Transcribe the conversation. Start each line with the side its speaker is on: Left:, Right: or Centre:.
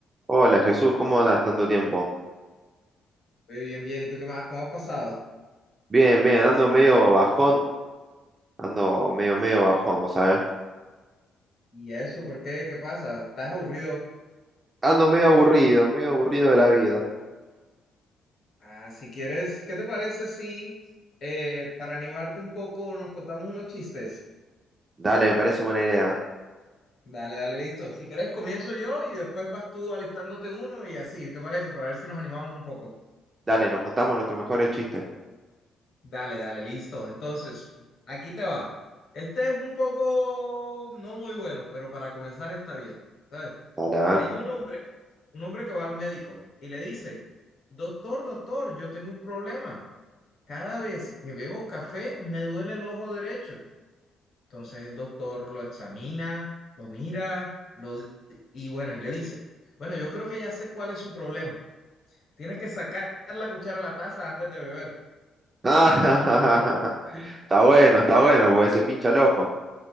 Right: Hola Jesús, ¿cómo andas tanto tiempo?
Left: Muy bien, bien. ¿Y tú qué más? ¿Cómo has pasado?
Right: Bien, bien, ando medio bajón, ando medio, medio bajón, vos sabés.
Left: ¿Y eso? ¿Por qué? ¿Qué pasa? ¿Estás aburrido?
Right: Ando medio aburrido, medio aburrido de la vida.
Left: Ah, si quieres, ¿qué te parece si eh, para animarte un poco nos contamos unos chistes?
Right: Dale, me parece buena idea.
Left: Dale, dale, listo. Si quieres, comienzo yo y después vas tú alistándote uno y así, ¿te parece? Para ver si nos animamos un poco.
Right: Dale, nos contamos nuestros mejores chistes.
Left: Dale, dale, listo. Entonces, aquí te va. Este es un poco no muy bueno, pero para comenzar está bien. ¿Sabes?
Right: Dale, a
Left: Hay
Right: ver. <laughs>
Left: un hombre, un hombre que va al médico y le dice, doctor, doctor, yo tengo un problema. Cada vez que bebo café me duele el ojo derecho. Entonces el doctor lo examina, lo mira, lo di- y bueno, y le dice, bueno, yo creo que ya sé cuál es su problema. Tiene que sacar la cuchara a la taza antes de beber.
Right: Ah, está bueno, está bueno, porque se pincha el ojo.